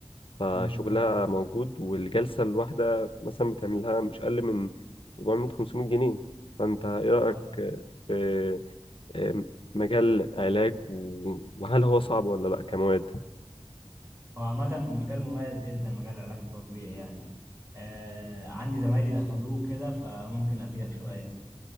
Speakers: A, on the left; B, on the right.
A: فشغلها
B: امم
A: موجود والجلسة الواحدة مثلا بتعملها مش أقل من 400 500 جنيه فأنت إيه رأيك
B: فاهم
A: في آه، مجال علاج و- وهل هو صعب ولا لأ كمواد
B: هو عامة مجال مميز جدا مجال العلاج الطبيعي يعني آه عندي زمايلي دخلوه كده فممكن أفيدك شوية